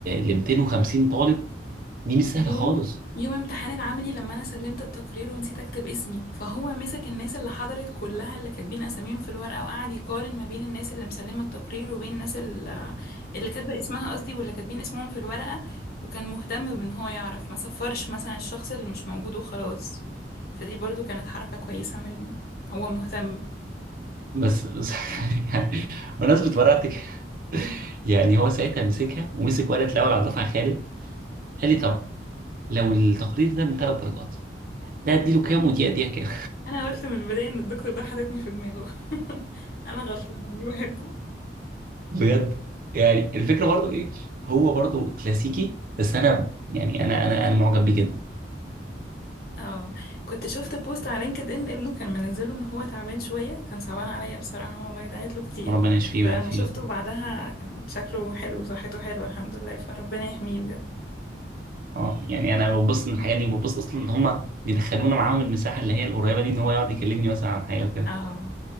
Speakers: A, on the right; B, on the left.
A: ل 250 طالب دي مش سهلة
B: ويوم
A: خالص
B: يوم امتحان العملي لما انا سلمت التقرير ونسيت اكتب اسمي فهو مسك الناس اللي حضرت كلها اللي كاتبين اساميهم في الورقة وقعد يقارن ما بين الناس اللي مسلمة التقرير وبين الناس ال- اللي كاتبة اسمها قصدي واللي كاتبين اسمهم في الورقة وكان مهتم بان هو يعرف ما صفرش مثلا الشخص اللي مش موجود وخلاص فدي برضو كانت حركة كويسة منه هو مهتم
A: بس, بس
B: آه.
A: <laughs> يعني بمناسبة ورقتك كده يعني هو ساعتها مسكها ومسك ورقة الاول على الدفعة خالد قال لي طب لو التقرير ده من ثلاث درجات ده اديله كام ودي اديها كام
B: انا قلت من البدايه ان الدكتور ده حاططني في دماغه <laughs> انا غلطانه اني بحبه
A: بجد يعني الفكره برضو ايه هو برضو كلاسيكي بس انا يعني انا انا انا معجب بيه جدا
B: اه كنت شفت بوست على لينكد ان ابنه كان منزله ان هو تعبان شويه كان صعبان عليا بصراحه والله دعيت له كتير
A: ربنا يشفيه
B: بس
A: ويعافيه
B: لما شفته
A: يا رب.
B: بعدها كان شكله حلو وصحته حلوه الحمد لله فربنا يحميه بجد
A: اه يعني انا ببص من الحاجات دي وببص اصلا ان هم بيدخلونا معاهم المساحه اللي هي القريبه دي ان هو يقعد يكلمني مثلا عن حاجه كده
B: اه